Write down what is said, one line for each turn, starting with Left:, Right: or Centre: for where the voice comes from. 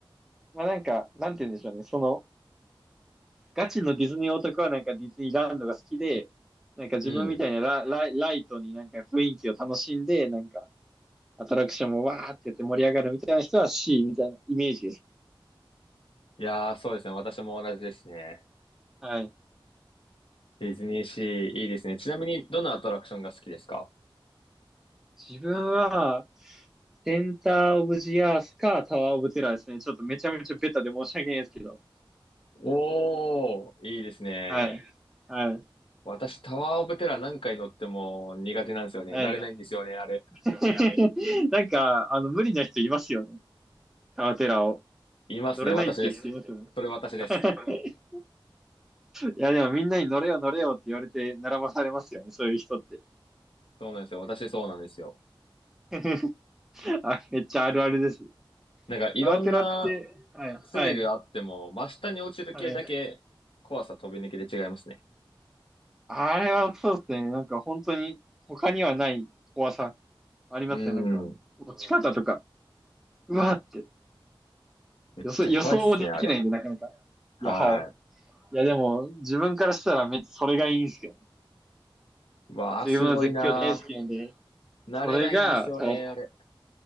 Centre: まあなんか、なんて言うんでしょうね。その、ガチのディズニー男はなんかディズニーランドが好きで、なんか自分みたいなラ、
Left: い。うん。
Centre: ライ、ライトになんか雰囲気を楽しんで、なんかアトラクションもわーってやって盛り上がるみたいな人は C みたいなイメージですね。
Left: いやー、そうですね。私も同じですね。
Centre: はい。
Left: ディズニーシー、いいですね。ちなみに、どのアトラクションが好きですか
Centre: 自分は、センターオブジアースかタワーオブテラーですね。ちょっとめちゃめちゃベタで申し訳ないですけど。
Left: おー、いいですね。
Centre: はい。はい。
Left: 私、タワーオブテラー何回乗っても苦手なんですよね。
Centre: はい。
Left: 慣れないんですよね、あれ。
Centre: <laughs> なんか、あの、無理な人いますよね。タワーテラーを。
Left: いますね、
Centre: 乗れないっていう人いますよね。
Left: 私です。それ私です。
Centre: <laughs> いや、でもみんなに乗れよ乗れよって言われて並ばされますよね。そういう人って。
Left: そうなんですよ。私そうなんですよ。
Centre: <laughs> あ、めっちゃあるあるですね。
Left: なんかいろんな
Centre: タワーテラって、はい。
Left: スリルあっても、
Centre: はい。
Left: 真下に落ちる系だけ怖さ飛び抜けで違いますね。
Centre: はい。あれはそうですね。なんか本当に他にはない怖さ。ありますね、
Left: うん。
Centre: なんか。落ち方とか、うわーって。
Left: めっちゃ怖いっすね、
Centre: 予想、予想もできないんで、
Left: あれ。
Centre: なかなか。
Left: は
Centre: いや、はい。いや、でも、自分からしたらめっちゃそれがいいんですけどね。
Left: い。わあ、
Centre: 自分は絶叫大好きなんで、
Left: すごいなー。慣れないんですよね、
Centre: それが、たわ
Left: あれ。